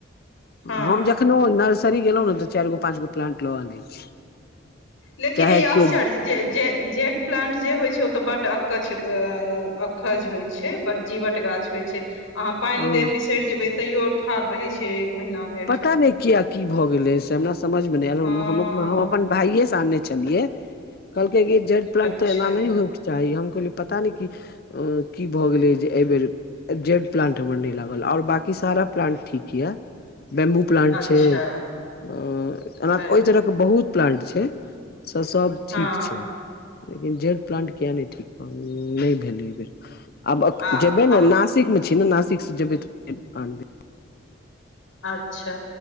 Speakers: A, on the left; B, on the left.
A: हँ
B: हम जखनहु नर्सरी गेलहुँ ने तऽ चारि गो पाँच गो प्लांट ल आनय छी
A: लेकिन
B: चाहे
A: इ आश्चर्य
B: केओ
A: जे-जे-जेड प्लांट जे होइ छै ओ त बड अकछ अकज होइ छै बड जीवट गाछ होइ छै अहाँ पानि
B: हँ
A: देब बिसरि जेबय तैयो ठाढ़ रहै छै महिना धरि
B: पता
A: छोड़
B: नहि किया की भऽ गेलै से हमरा समझ मे नय आयल हम
A: हँ
B: हम अपन भाइये से आनने छलिये कहलके कि जेड प्लांट
A: अच्छा
B: तऽ एना नय हो चाही हम कहलिये पता नहि कि की भऽ गेलै जे एहि बेेर जेड प्लांट हमर नय लागल आओर बाकी सारा प्लांट ठीक किया बेम्बू प्लांट
A: अच्छा
B: छै अ एना
A: अरे
B: ओहि तरहके बहुत प्लांट छै से सब
A: हँ
B: ठीक छै लेकिन जेल प्लांट किए नहि ठीक नहि भेलै एहि बेर आब
A: आ
B: जेबै
A: आ
B: ने नासिक मे छी ने नासिक से जेबै तऽ फेर आनबै
A: अच्छा